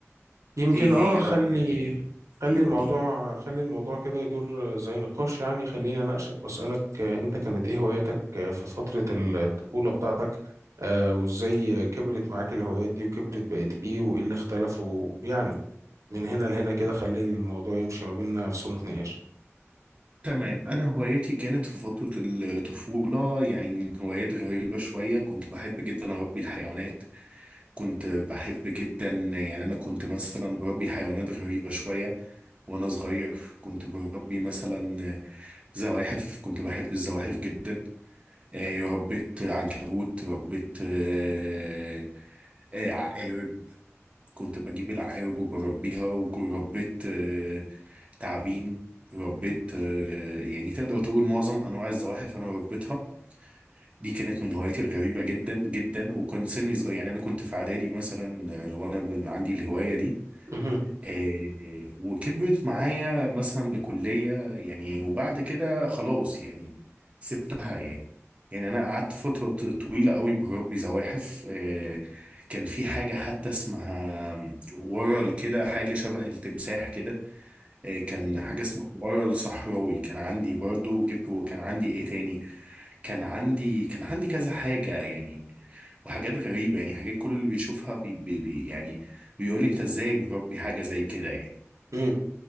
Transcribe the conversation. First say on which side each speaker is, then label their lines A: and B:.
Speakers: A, on the right; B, on the right.
A: يمكن
B: ايه
A: اه
B: هي
A: خلي
B: بقى الهوايات
A: خلي
B: دي ودي
A: الموضوع خلي الموضوع كده يدور زي نقاش يعني خليني اناقشك واسالك آه، انت كانت ايه هواياتك آه، في فتره الطفوله بتاعتك آه، وازاي كبرت معاك الهوايات دي وكبرت بقت ايه وايه اللي اختلف ويعني من هنا لهنا كده خلي الموضوع يمشي ما بيننا في صوره نقاش
B: تمام انا هواياتي كانت في فترة الطفولة يعني هوايات غريبة شوية كنت بحب جدا اربي الحيوانات كنت بحب جدا يعني انا كنت مثلا بربي حيوانات غريبة شوية وانا صغير كنت بربي مثلا زواحف كنت بحب الزواحف جدا آه، ربيت عنكبوت ربيت آه، آه، كنت بجيب العقارب وبربيها وربيت آه، تعابين ربيت آه، يعني تقدر تقول معظم انواع الزواحف انا ربيتها دي كانت من هواياتي الغريبة جدا جدا وكنت سني صغير يعني انا كنت في اعدادي مثلا آه، وانا ب- عندي الهواية دي
A: مهم.
B: إيه إيه، وكبرت معايا مثلا لكلية يعني وبعد كده خلاص يعني سبتها يعني يعني أنا قعدت فترة ط- طويلة قوي بربي زواحف إيه، كان في حاجة حتى اسمها ورل كده حاجة شبه التمساح كده إيه، كان حاجة اسمها ورل صحراوي كان عندي برضه جبت وكان عندي ايه تاني كان عندي كان عندي كذا حاجة يعني وحاجات غريبة يعني حاجات كل اللي بيشوفها بي بي بي يعني بيقول لي انت ازاي مربي حاجة زي كده يعني
A: مم.